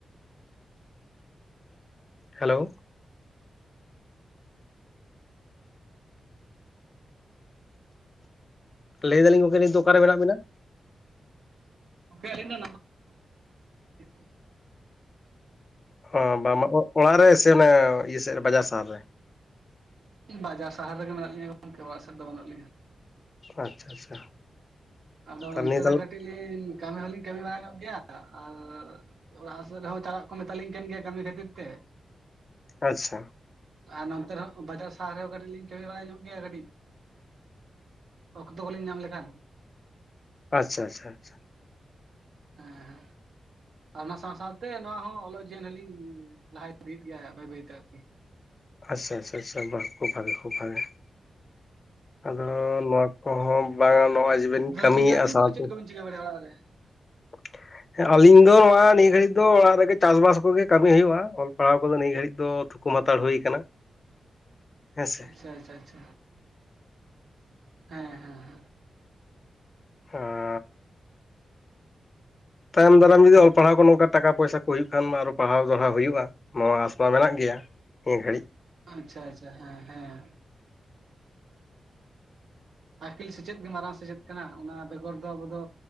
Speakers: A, on the left; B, on the right.
A: ᱦᱮᱞᱳ ᱞᱟᱹᱭᱫᱟᱞᱤᱧ ᱜᱚᱝᱠᱮ ᱱᱤᱫ ᱫᱚ ᱚᱠᱟᱱ ᱨᱮ ᱢᱮᱱᱟᱜ ᱵᱮᱱᱟ?
B: ᱟᱹᱞᱤᱧ ᱫᱚ <unintelligible>
A: ᱚ ᱵᱟᱝ ᱢᱟ ᱚᱲᱟᱜ ᱨᱮ ᱥᱮ ᱚᱱᱮ ᱤᱭᱟᱹ ᱥᱮᱫ ᱨᱮ ᱵᱟᱡᱟᱨ ᱥᱟᱦᱟᱨ ᱨᱮ᱾
B: ᱵᱟᱡᱟᱨ ᱥᱟᱦᱟᱨ ᱨᱮᱜᱮ ᱢᱮᱱᱟᱜ ᱞᱤᱧᱟᱹ ᱜᱚᱝᱠᱮ, ᱚᱲᱟᱜ ᱥᱮᱫ ᱫᱚ ᱵᱟᱹᱱᱩᱜ ᱞᱤᱧᱟᱹ᱾
A: ᱟᱪᱪᱷᱟ ᱟᱪᱪᱷᱟ
B: ᱟᱫᱚ
A: ᱛᱟᱦᱚᱞᱮ
B: ᱱᱚᱱᱛᱮ
A: ᱱᱤᱭᱟᱹ ᱛᱟᱦᱚᱞᱮ
B: ᱨᱮ ᱠᱟᱹᱴᱤᱡ ᱞᱤᱧ ᱠᱟᱹᱢᱤ ᱦᱚᱞᱤᱧ ᱠᱟᱹᱢᱤ ᱵᱟᱲᱟ ᱧᱚᱜ ᱜᱮᱭᱟ ᱟᱨ ᱚᱲᱟᱜ ᱥᱮᱫ ᱨᱮᱦᱚᱸ ᱪᱟᱞᱟᱜ ᱠᱚ ᱢᱮᱛᱟᱞᱤᱧ ᱠᱟᱱ ᱜᱮᱭᱟ ᱠᱟᱹᱢᱤ ᱠᱷᱟᱹᱛᱤᱨ ᱛᱮ᱾
A: ᱟᱪᱪᱷᱟ
B: ᱟᱨ ᱱᱚᱱᱛᱮ ᱨᱮᱦᱚᱸ ᱵᱟᱡᱟᱨ ᱥᱟᱦᱟᱨ ᱨᱮᱦᱚᱸ ᱠᱟᱹᱴᱤᱡ ᱞᱤᱧ ᱠᱟᱹᱢᱤ ᱵᱟᱲᱟ ᱧᱚᱜ ᱜᱮᱭᱟ ᱠᱟᱹᱴᱤᱡ᱾ ᱚᱠᱛᱚ ᱠᱚᱞᱤᱧ ᱧᱟᱢ ᱞᱮᱠᱷᱟᱱ᱾
A: ᱟᱪᱪᱷᱟ ᱟᱪᱪᱷᱟ ᱟᱪᱷᱟ
B: ᱦᱮᱸ ᱦᱮᱸ ᱟᱨ ᱚᱱᱟ ᱥᱟᱶ ᱥᱟᱶᱛᱮ ᱱᱚᱣᱟ ᱦᱚᱸ ᱚᱞᱚᱜ ᱞᱤ ᱞᱟᱦᱟᱭ ᱤᱫᱤᱭᱮᱫ ᱜᱮᱭᱟ ᱵᱟᱹᱭ ᱵᱟᱹᱭᱛᱮ ᱟᱨᱠᱤ
A: ᱟᱪᱪᱷᱟ ᱟᱪᱪᱷᱟᱷᱟ ᱠᱷᱩᱵ ᱵᱷᱟᱜᱮ ᱠᱷᱩᱵ ᱵᱷᱟᱜᱮ ᱟᱫᱚ ᱱᱚᱣᱟ ᱚ ᱦᱚᱸ ᱵᱟᱝᱟ ᱱᱚᱜᱼᱚᱭ ᱡᱮᱵᱮᱱ
B: ᱫᱟᱫᱟ
A: ᱠᱟᱹᱢᱤᱭᱮᱫᱼᱟ
B: ᱜᱚᱝᱠᱮ ᱟᱵᱤᱱ
A: ᱥᱟᱶᱛᱮ
B: ᱠᱚᱫᱚ ᱪᱮᱫ ᱠᱚᱵᱤᱱ ᱪᱤᱠᱟᱹ ᱵᱟᱲᱟᱭᱟ ᱚᱲᱟᱜ ᱨᱮ
A: <unintelligible> ᱦᱮᱸ ᱟᱞᱤᱧ ᱫᱚ ᱱᱚᱣᱟ ᱱᱤᱭᱟᱹ ᱜᱷᱟᱹᱲᱤᱡ ᱫᱚ ᱚᱲᱟᱜ ᱨᱮᱜᱮ ᱪᱟᱥᱵᱟᱥ ᱠᱚᱜᱮ ᱠᱟᱹᱢᱤ ᱦᱩᱭᱩᱜᱼᱟ ᱾ ᱚᱞ ᱯᱟᱲᱦᱟᱣ ᱠᱚᱫᱚ ᱱᱤᱭᱟᱹ ᱜᱷᱟᱹᱲᱤᱡ ᱫᱚ ᱛᱷᱩᱠᱩᱢ ᱦᱟᱛᱟᱲ ᱦᱩᱭ ᱟᱠᱟᱱᱟ᱾ ᱦᱮᱸᱥᱮ
B: ᱟᱪᱪᱷᱟ ᱟᱪᱪᱷᱟ ᱟᱪᱪᱷᱟ ᱦᱮᱸ ᱦᱮᱸ ᱦᱮᱸ
A: <unintelligible> ᱛᱟᱭᱚᱢ ᱫᱟᱨᱟᱢ ᱡᱩᱫᱤ ᱚᱞ ᱯᱟᱲᱦᱟᱣ ᱠᱚ ᱱᱚᱝᱠᱟ ᱴᱟᱠᱟ ᱯᱚᱭᱥᱟ ᱠᱚ ᱦᱩᱭᱩᱜ ᱠᱷᱟᱱ ᱢᱟ ᱟᱨᱚ ᱯᱟᱲᱦᱟᱣ ᱫᱚᱲᱦᱟᱣ ᱦᱩᱭᱩᱜᱼᱟ᱾ ᱱᱚᱣᱟ ᱟᱥ ᱢᱟ ᱢᱮᱱᱟᱜ ᱜᱮᱭᱟ ᱱᱤᱭᱟᱹ ᱜᱷᱟᱹᱲᱤᱡ᱾
B: ᱟᱪᱪᱷᱟ ᱟᱪᱪᱷᱟ ᱦᱮᱸ ᱦᱮᱸ ᱟᱹᱠᱤᱞ ᱥᱮᱪᱮᱫ ᱜᱮ ᱢᱟᱨᱟᱝ ᱥᱮᱪᱮᱫ ᱠᱟᱱᱟ, ᱚᱱᱟ ᱵᱮᱜᱚᱨ ᱫᱚ ᱟᱵᱚ ᱫᱚ